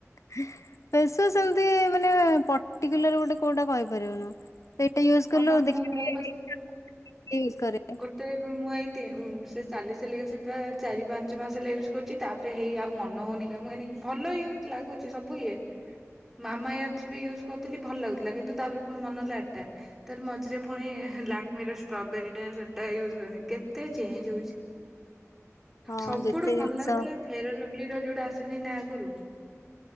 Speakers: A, on the left; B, in the centre.
A: ହେ ଫେସ୍ ୱାସ୍ ସେମିତି ମାନେ ପର୍ଟିକୁଲାର ଗୋଟେ କୋଉଟା କହିପାରିବୁନୁ। ସେଇଟା ୟୁଜ୍
B: ହଁ
A: କଲୁ
B: ବା
A: ଦେଖିକି
B: ମୁଁ ମୁଁ
A: ୟୁଜ କରେ।
B: ତେ ମୁଁ ଏଇ ତି ସେ ସାଲିସିଲିକ ଏସିଡ୍ ଟା ଚାରି ପାଞ୍ଚ ମାସ ହେଲା ୟୁଜ୍ କରୁଛି ତା ସେ ହେଇ ଆଉ ମନ ହଉନି କ କହିି ଭଲ ହେଇ ଲାଗୁଛି ସବୁ ଇଏ ମାମା ୟାର୍ଥ ବି ୟୁଜ୍ କରୁଥିଲି ଭଲ୍ ଲାଗୁଥିଲା କିନ୍ତୁ ତାପରେ ପୁଣି ମନ ହେଲା ଏଟା। ତାର ମଝିରେ ପୁଣି ଲାକ୍ମିର ଷ୍ଟ୍ରବେରୀ ଟା ସେଟା ୟୁଜ କନି କେତେ ଚେଞ୍ଜ ହୋଉଚି।
A: ହଁ
B: ସବୁଠୁ
A: ଯେତେ ଜିନିଷ
B: ଭଲ ଲାଗୁଥିଲା ଫେରଲଭଲି ର ଯୋଉଟା ଆସେନି ନା ଆଗରୁ।